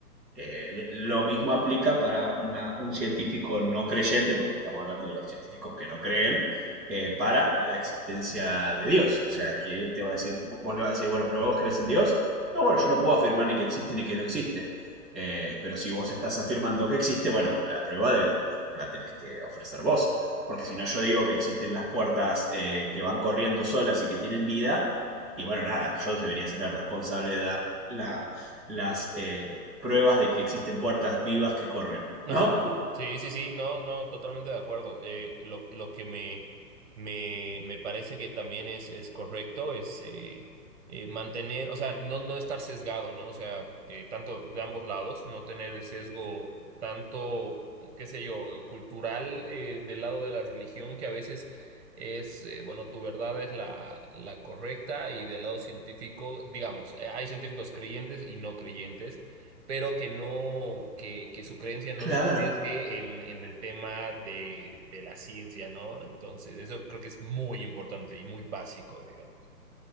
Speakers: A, in the centre; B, on the right (about 45°).
A: Eh, lo mismo aplica para una- un científico no creyente, porque estamos hablando de los científicos que no creen, eh, para la existencia de Dios. O sea, que él te va a decir, vos le vas a decir, bueno, pero vos crees en Dios. No, bueno, yo no puedo afirmar ni que existe ni que no existe. Eh, pero si vos estás afirmando que existe, bueno, la prueba de- la tenés que ofrecer vos. Porque si no, yo digo que existen las puertas eh, que van corriendo solas y que tienen vida. Y bueno, nada, yo debería ser el responsable de dar la, las eh, pruebas de que existen puertas vivas que corren,
B: Ajá.
A: ¿no? <laughs>
B: Sí, sí, sí, no, no, totalmente de acuerdo. Eh, lo, lo que me, me, me parece que también es, es correcto es eh, eh, mantener, o sea, no, no estar sesgado, ¿no? O sea, eh, tanto de ambos lados, no tener el sesgo tanto, qué sé yo, cultural eh, del lado de la religión, que a veces es, eh, bueno, tu verdad es la, la correcta y del lado científico, digamos, eh, hay científicos creyentes y no creyentes pero que no, que, que su creencia no
A: Claro.
B: lo sesgue en, en el tema de, de la ciencia, ¿no? Entonces, eso creo que es muy importante y muy básico, digamos.